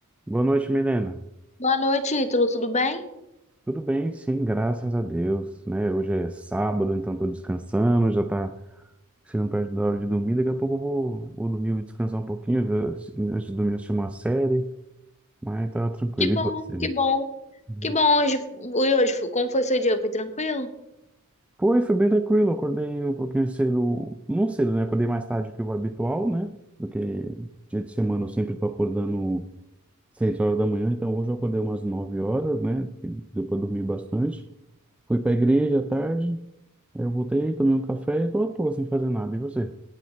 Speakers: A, in the centre; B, on the left.
A: Boa noite, Milena.
B: Boa noite, Ítalo, tudo bem?
A: Tudo bem? Sim, graças a Deus, né? Hoje é sábado, então tô descansando, já tá chegando perto da hora de dormir. Daqui a pouco eu vou, vou dormir, vou descansar um pouquinho, ver- antes de dormir assistir uma série, mas tá tranquilo.
B: Que
A: E
B: bom,
A: você?
B: que bom.
A: Uhum.
B: Que bom hoje. E hoje, como foi seu dia? Foi tranquilo?
A: Foi, foi bem tranquilo. Acordei um pouquinho cedo, não cedo, né? Acordei mais tarde que o habitual, né? Porque dia de semana eu sempre tô acordando seis horas da manhã, então hoje eu acordei umas nove horas, né? Depois dormi bastante. Fui para a igreja à tarde, Eu voltei, tomei um café e tô à toa sem fazer nada. E você?